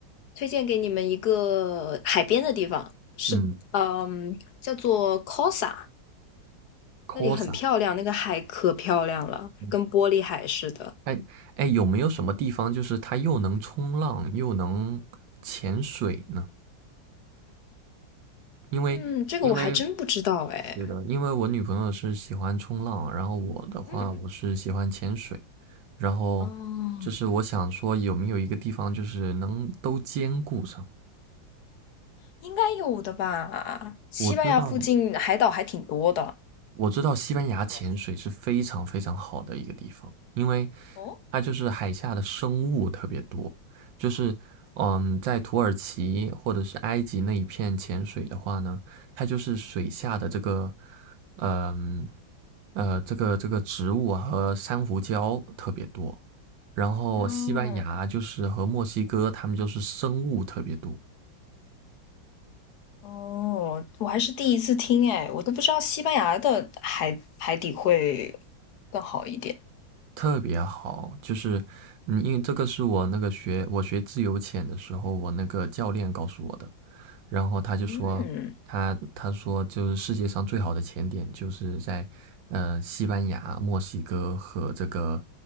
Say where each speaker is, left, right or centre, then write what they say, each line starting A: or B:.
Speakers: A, on the left; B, on the right.
A: 推荐给你们一个海边的地方，是嗯，
B: 嗯
A: 叫做 Cosa，
B: ，Cosa，
A: 那里很漂亮，那个海可漂亮了，
B: 嗯，
A: 跟玻璃海似的。
B: 哎哎，有没有什么地方就是它又能冲浪又能潜水呢？因为因为
A: 嗯，这个我还真不知道哎。
B: 对的，因为我女朋友是喜欢冲浪，然后我的话我是喜欢潜水，
A: 嗯，
B: 然后就是我想说有没有一个地方就是能都兼顾上。
A: 哦，应该有的吧？西班牙附近海岛还挺多的。
B: 我知道，我知道西班牙潜水是非常非常好的一个地方，
A: 我知道。
B: 因为
A: 哦，
B: 它就是海下的生物特别多。就是嗯，在土耳其或者是埃及那一片潜水的话呢，它就是水下的这个，嗯呃，这个这个植物啊和珊瑚礁特别多。然后西班牙就是和墨西哥，
A: 哦，
B: 他们就是生物特别多。
A: 哦，我还是第一次听哎，我都不知道西班牙的海海底会更好一点。
B: 特别好，就是，嗯，因为这个是我那个学我学自由潜的时候，我那个教练告诉我的。然后他就说，
A: 嗯，
B: 他他说就是世界上最好的潜点就是在，呃，西班牙、墨西哥和这个，